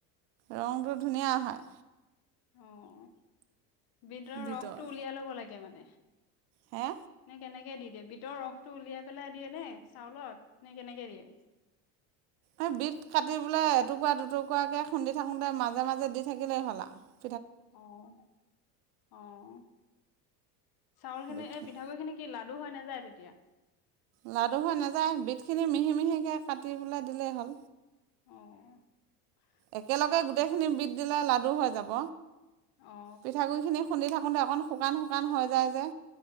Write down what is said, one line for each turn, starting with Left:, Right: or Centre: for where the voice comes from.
Right: ৰংটো ধুনীয়া হয়।
Left: অঁ। ভিতৰ
Right: বিটৰ
Left: ৰসটো উলিয়াই ল'ব লাগে। তে মানে। ন
Right: হে
Left: কেনে কি, কেনেকে দি দিয়ে বিতৰ ৰসটো উলিয়াই পেলাই দিয়ে নে চাউলত নে কেনেকে দিয়ে?
Right: এ বিট কাটি বোলে এটুকুৰা দুটুকুৰাকে খুন্দি থাকোতে মাজে মাজে দি থাকিলেই হল আৰু।
Left: অঁ অঁ চাউল খিনি
Right: বিটখিনি
Left: এ পিঠাগুৰি খিনি কি লাগ। দ হৈ নাযায় তেতিয়া।
Right: লাডু হৈ নাযায় বিধখিনি মিহি মিহিকে কাটি পেললৈ দিলেই হ'ল।
Left: অঁ।
Right: একেলগে গোটেই খিনি বিধ দিলে লাডু হৈ যাব।
Left: অ
Right: পিঠাগুৰি খিনি খুন্দি থাক। কোতে অকণ শুকান শুকান হৈ যায় যে।